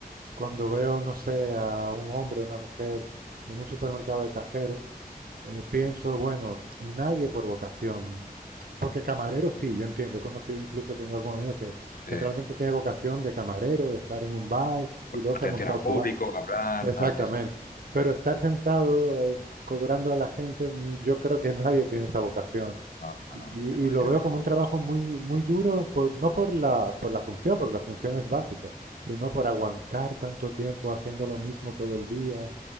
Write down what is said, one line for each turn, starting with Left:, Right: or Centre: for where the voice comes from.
Right: cuando veo, no sé, a un hombre o una mujer en un supermercado de cajero, eh, pienso, bueno, nadie por vocación, porque camarero sí, yo entiendo, he conocido incluso, he tenido algún amigo que,
Left: sí.
Right: que realmente tiene vocación de camarero, de estar en un bar
Left: Con
Right: y luego
Left: Atención
Right: se ha montado
Left: al
Right: su
Left: público,
Right: bar.
Left: hablar,
Right: Exactamente.
Left: tal, sí, sí.
Right: Pero estar sentado eh, cobrando a la gente, mm, yo creo que nadie tiene esa vocación.
Left: No, no,
Right: Y,
Left: no,
Right: y-
Left: me imagino
Right: y lo veo como un trabajo muy, muy duro, por- no por la, por la función, porque la función es básica, sino por aguantar tanto tiempo haciendo lo mismo todo el día.